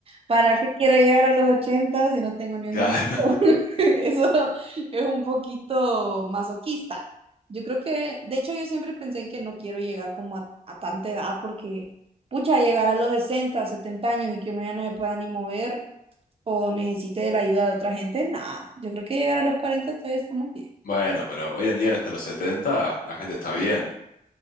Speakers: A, on the right (about 40°); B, on the left (about 75°).
A: ¿Para qué quiero llegar a los 80 si no tengo ni un
B: Claro.
A: centavo?
B: <laughs>
A: <laughs> Eso es un poquito masoquista. Yo creo que, de hecho, yo siempre pensé en que no quiero llegar como a, a tanta edad porque, pucha, llegar a los 60, 70 años y que uno ya no se pueda ni mover o necesite de la ayuda de otra gente, nada. Yo creo que llegar a los 40 todavía estamos bien.
B: Bueno, pero hoy en día hasta los 70, la gente está bien.